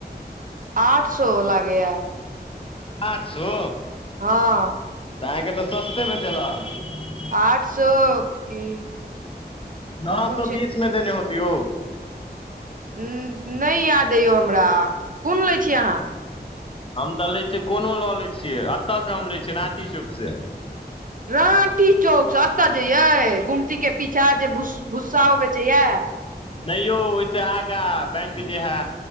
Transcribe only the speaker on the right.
आठ सो लागैया।
हँ।
आठ सो की
कुछ
न्न नैय याद अय यौ हमरा कुन लैय छियै अहाँ?
राँटी चौक स अतऽ जे यैय गुमती के पीछा जे भूस भूस्साओ बेचैया?